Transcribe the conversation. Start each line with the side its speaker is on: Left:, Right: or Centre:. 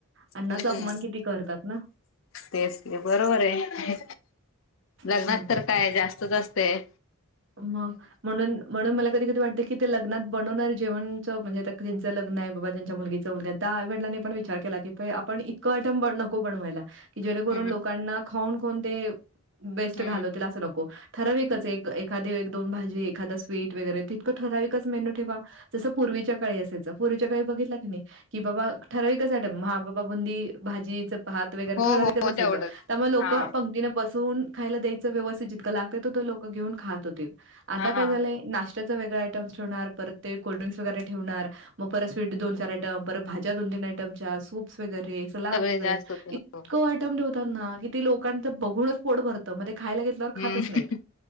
Right: अण्णाचा
Left: हम्म
Right: अपमान किती करतात ना.?
Left: तेच ते बरोबर आहे लग्नात
Right: हं.
Left: तर काय जास्त च असतय.
Right: म म्हणून म्हणून मला कधी कधी वातते की ते लग्नात बवणार जेवणच म्हणजे त्यांचं लग्न आहे बाबा ज त्यांच्या मुलगीचं - त्या आई वडलांनी पण विचार केला की आपण इतकं ॲटम नको बनवायला. की जेणेकरून
Left: हम्म
Right: लोकांना खाऊन खाऊन ते वेस्ट
Left: हम्म
Right: घालवतील, असं नको ठराविकच एक. एखादी एक दोन भाजी, एखादा स्वीट वगैरे तितकं ठराविकच मेन्यू ठेवा. जसं पूर्वीच्या काळी असायचं, पूर्वीच्या काळी बघितला क नाही की बाबा ठरावीक च ॲटम हा बाबा बुंदी- भाजीच भात वगैरे
Left: हो
Right: थोडा विकच
Left: हो
Right: असायचं
Left: तेवढंच
Right: त्यामुळे लोक
Left: हा
Right: पंक्तीन बसून खायला द्यायच व्यवस्थित जितकं लागत लोक घेऊन खात होतील आता
Left: हा
Right: काय झालंय नाश्ता च वेगळा आयटम्स ठेवणार परत ते कोल्ड्रिंक् वगैरे ठेवणार. मग परत स्वीट दोन, चार आयटम, परत भाज्या दोन तीन आयटमच्या सूप्स वगैरे. वरे
Left: सगळे जास्त होते हो
Right: इतक आयटम ठेवतात ना की ते लोकांच बघूनच पोट भरतं म खायला.
Left: हम्म
Right: खातच नाही.